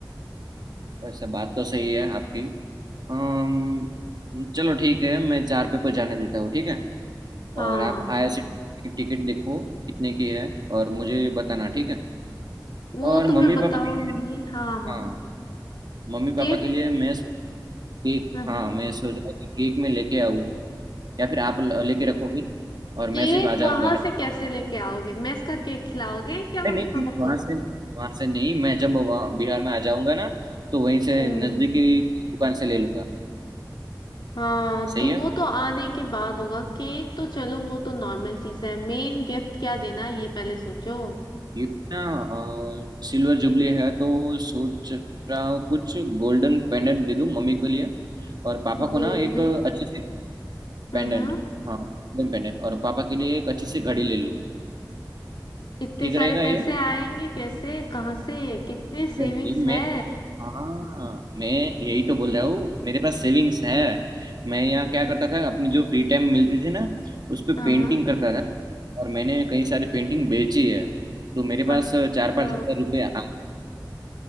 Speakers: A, on the right; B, on the left.
A: वैसे बात तो सही है आपकी अम्म चलो ठीक है मैं चार पे पर जाने देता हूँ ठीक है
B: हाँ
A: और आप आईआरसीटीसी की टिकट देखो कितने की है और मुझे बताना ठीक है
B: वो
A: और
B: तो
A: मम्मी
B: मैं बताऊंगी
A: पापा के लिए
B: हाँ हाँ
A: हाँ मम्मी पापा
B: गिफ्ट
A: के लिए मैं सो- केक
B: हाँ
A: हाँ
B: हाँ
A: मैं सोच रहा हूँ कि केक में लेके आऊँ या फिर आप ल- लेके रखोगी और मैं
B: केक
A: सिर्फ आ जाऊँगा
B: वहां से कैसे लेके आओगे मेस का केक खिलाओगे क्या मम्मी
A: नहीं नहीं नहीं
B: पापा
A: वहां
B: को
A: से वहां से नहीं मैं जब वहाँ बिहार में आ जाऊंगा ना तो वहीं से
B: हम्म
A: नजदीकी दुकान से ले लूंगा
B: हाँ
A: सही
B: तो
A: है
B: वो तो आने के बाद होगा केक तो चलो वो तो नॉर्मल चीज है मेन गिफ्ट क्या देना है, ये पहले सोचो
A: ये ना अ, सिल्वर जुबली है तो सोच रहा हूँ कुछ गोल्डन पेंडेंट दे दूं मम्मी के लिए और पापा
B: गोल्ड
A: को ना एक अच्छी सी
B: हाँ
A: पेंडेंट
B: हाँ
A: हाँ गोल्डन पेंडेंट और पापा के लिए एक अच्छी सी घड़ी ले लूं
B: इतने
A: ठीक
B: सारे
A: रहेगा
B: पैसे
A: ये
B: आएंगे कैसे कहाँ से कितने सेविंग्स
A: नहीं मैं
B: है
A: हाँ मैं यही तो बोल रहा हूँ मेरे पास सेविंग्स है मैं यहाँ क्या करता था अपनी जो फ्री टाइम मिलती थी ना उस पे
B: हाँ
A: पेंटिंग
B: हाँ
A: करता था और मैंने कई सारी पेंटिंग बेची है तो मेरे पास
B: अच्छा
A: चार पाँच हजार रुपये आ-